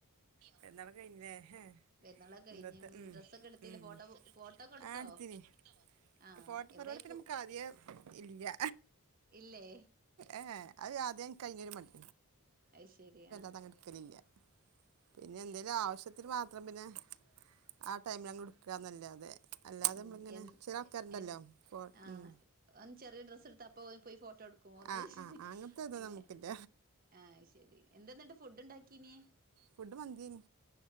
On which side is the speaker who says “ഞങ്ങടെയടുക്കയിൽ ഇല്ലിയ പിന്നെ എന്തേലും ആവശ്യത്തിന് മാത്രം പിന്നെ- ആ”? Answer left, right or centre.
Right